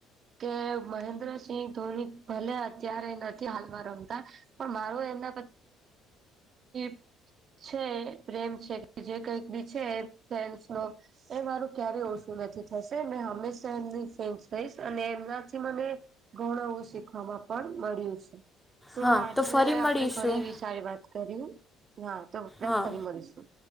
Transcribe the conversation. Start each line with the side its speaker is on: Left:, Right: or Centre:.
Right: કે મહેન્દ્રસિંહ ધોની ભલે અત્યારે નથી હાલમાં રમતા પણ મારું એમના <unintelligible> છે પ્રેમ છે જે કઈક બી છે ફેન્સ નો. એ મારું ક્યારેય ઓછું નથી થશે. મેં હંમેશા એમની ફ્રેન્ રહીશ અને એમનાથી મને ઘણુંવું શીખવામાં પણ મળ્યું છે. તો
Centre: હા
Right: આજે
Centre: ફરી મળીશું
Right: આપડે ઘણીવી સારી વાત કરી. હા તો આપપડ
Centre: હા
Right: જ ફલી મળીશું